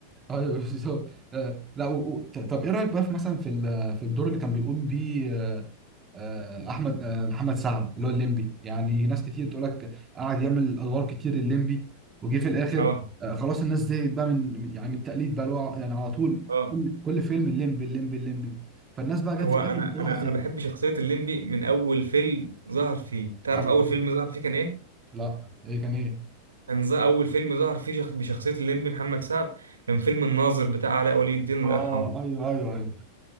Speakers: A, on the right (about 25°); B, on the right (about 70°).
A: ايوه <laughs> بصراحة. آه، لا و... و... طب ايه رايك بقى في مثلا في ال... في الدور اللي كان بيقوم بيه آه، آه، احمد آه، محمد سعد اللي هو الليمبي يعني ناس كتير تقول لك قعد يعمل ادوار كتير الليمبي وجي في الاخر
B: أه
A: آه، خلاص الناس دي بقى من يعني من التقليد بقى اللي هو يعني على طول
B: أه
A: كل كل فيلم الليمبي الليمبي الليمبي فالناس بقى جت
B: هو
A: في الاخر
B: انا
A: بصراحه
B: انا
A: زي
B: انا بحب شخصيه الليمبي من اول فيلم ظهر فيه تعرف
A: ايوه
B: اول فيلم ظهر فيه كان ايه
A: لا ايه كان ايه
B: كان ز- اول فيلم ظهر فيه شخ... بشخصيه الليمبي محمد سعد كان فيلم الناظر بتاع علاء ولي الدين
A: اه
B: الله يرحمه
A: ايوه ايوه ايوه